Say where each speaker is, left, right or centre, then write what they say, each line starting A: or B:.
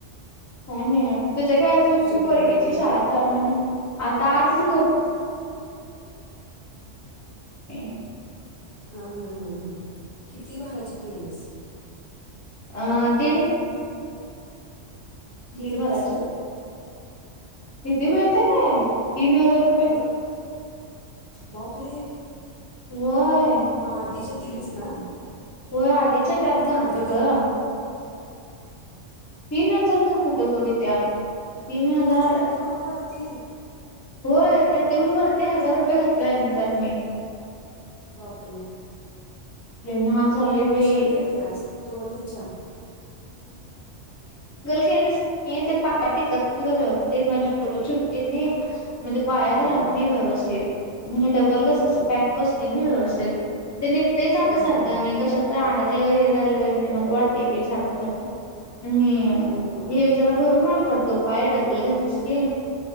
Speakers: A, on the left; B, on the left.
A: काय नाय तुझ्या काडे अजून
B: जोडव्या
A: पोरगीची
B: वगैरे
A: शाळा चालणार नायी आता आज <unintelligible>
B: हा हा हा हा किती भाराचे केलेस?
A: अह दीड.
B: किती
A: दीड भराचे
B: बसले
A: ते माहिताय काय तीन हजार रुपये
B: हा बापरे
A: होय
B: मग आधीच्या दिलीस ना
A: होय आधीच्या त्यात घातलं
B: आधीच
A: ग तीन हजारत कुठ ग विद्या तीन हजार
B: मग त्या देऊन वरती
A: होय त्या देऊन वरती हजार रुपये घातले त्यात मी
B: बापरे
A: लय महाग झाले
B: कशा
A: बाई
B: केल्यास दोनीच्या
A: केले ते पाय टेकत नाय व्यवस्थित माझी बोट छोटी छोटी आहेत म्हणजे पायात
B: हा
A: राहत नाही व्यवस्थित म्हणजे टबल कस असं
B: हा हा
A: पॅक बसते नाही व्यवस्थित <unintelligible> ते निघतेच अग
B: हं,
A: सारखं
B: हं, हं.
A: आणि कशात तर अडकलं हे झालं नको वाटते ते सारखं सारखं. आणि
B: हं.
A: हे जरा भरून वाटय पाय आहे डबल घातलेस की.